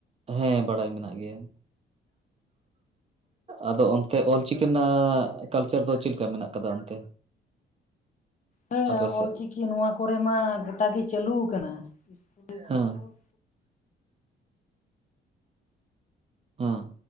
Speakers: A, on the right (about 30°); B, on the left (about 40°).
A: ᱦᱮᱸ ᱵᱟᱲᱟᱭ ᱢᱮᱱᱟᱜ ᱜᱮᱭᱟ ᱟᱫᱚ ᱚᱱᱛᱮ ᱚᱞᱪᱤᱠᱤ ᱨᱮᱱᱟᱜ ᱠᱟᱞᱪᱟᱨ ᱫᱚ ᱪᱮᱫᱠᱟ ᱢᱮᱱᱟᱜ ᱠᱟᱫᱟ ᱚᱱᱛᱮ
B: ᱦᱮᱸ
A: ᱟᱯᱮ ᱥᱮᱫ
B: ᱚᱞᱪᱤᱠᱤ ᱱᱚᱣᱟ ᱠᱚᱨᱮ ᱢᱟ ᱜᱚᱴᱟ ᱜᱮ ᱪᱟᱹᱞᱩ ᱠᱟᱱᱟ ᱤᱥᱠᱩᱞ ᱠᱚᱨᱮ
A: ᱦᱮᱸ
B: ᱦᱚᱸ
A: ᱦᱩᱸ